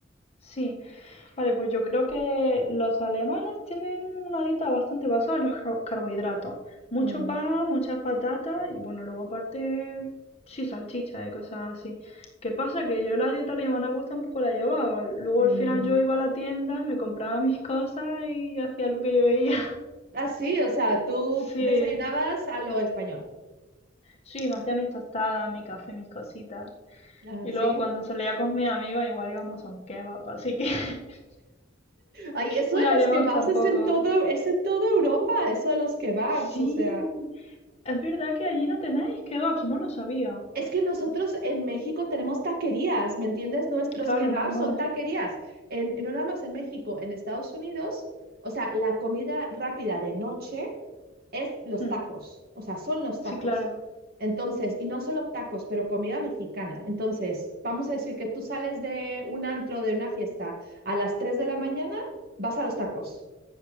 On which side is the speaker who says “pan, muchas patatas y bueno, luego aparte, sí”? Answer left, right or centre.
Left